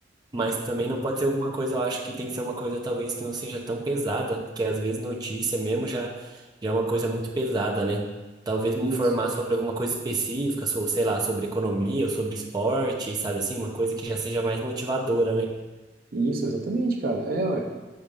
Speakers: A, on the right; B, on the right.
A: Mas também não pode ser alguma coisa, eu acho que tem que ser uma coisa talvez que não seja tão pesada, porque às vezes notícia mesmo já, já é uma coisa muito pesada, né? Talvez me informar
B: Isso.
A: sobre alguma coisa específica, so- sei lá, sobre economia ou sobre esporte, sabe assim, uma coisa que já seja mais motivadora, né?
B: Isso, exatamente, cara. É, ué.